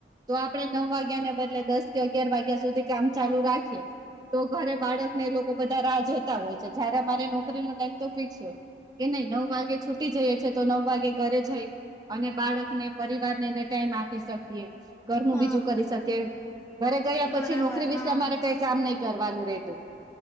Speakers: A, on the right; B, on the left.
A: તો આપડે નવ વાગ્યાને બદલે દસ કે અગિયાર વાગ્યા સુધી કામ ચાલુ રાખીએ તો ઘરે બાળકને એ લોકો બધા રાહ જોતા હોય છે. જયારે અમારે નોકરીનો ટાઈમ તો ફિક્સ હોય. કે નહી નવ વાગે છૂટી જઈએ છે. તો નવ વાગે ઘરે જઈ અને બાળકને પરિવારને એને ટાઈમ આપી શકીએ. ઘરનું
B: હા
A: બીજું કરી શકે ઘરે ગયા
B: બરાબર
A: પછી નોકરી વિશે
B: હા
A: અમારે કઈ કામ નઈ કરવાનું રહેેતું.